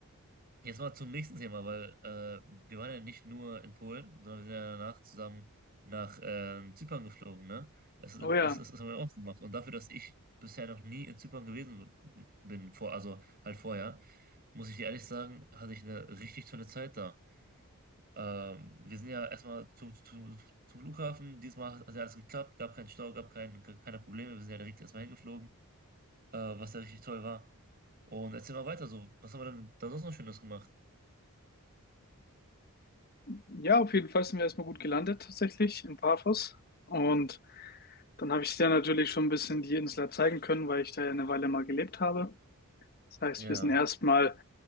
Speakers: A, on the right (about 45°); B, on the left (about 45°).
A: jetzt mal zum nächsten Thema, weil äh, wir waren ja nicht nur in Polen, sondern wir sind ja danach zusammen nach ähm, Zypern geflogen, ne? Das, das,
B: oh ja.
A: das, das haben wir auch gemacht. Und dafür, dass ich bisher noch nie in Zypern gewesen bin, vor, also halt vorher, muss ich dir ehrlich sagen, hatte ich eine richtig tolle Zeit da. Ähm, wir sind ja erstmal zu, zu, zum Flughafen. Diesmal hat ja alles geklappt, gab keinen Stau, gab kein, keine Probleme. Wir sind ja direkt erstmal hingeflogen, äh, was ja richtig toll war. Und erzähl mal weiter so. Was haben wir denn da sonst noch Schönes gemacht?
B: Ja, auf jeden Fall sind wir erstmal gut gelandet tatsächlich in Paphos. Und dann habe ich dir natürlich schon ein bisschen die Insel zeigen können, weil ich da ja eine Weile mal gelebt habe. Das heißt,
A: Ja,
B: wir sind erstmal